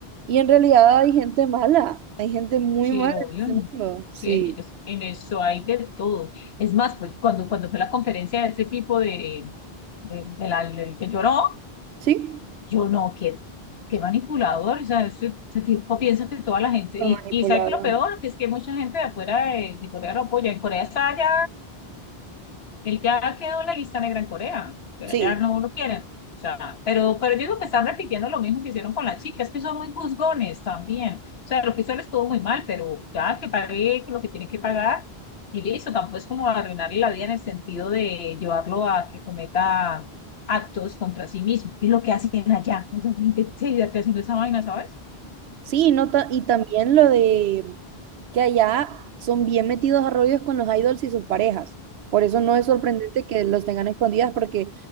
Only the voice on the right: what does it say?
Y en realidad hay gente mala, hay gente muy
mala
en este
mundo, sí,
sí,
pero
manipulada,
sí.
Sí, no ta- y también lo de que allá son bien metidos a rollos con los idols y sus parejas. Por eso no es sorprendente que los tengan escondidas, porque,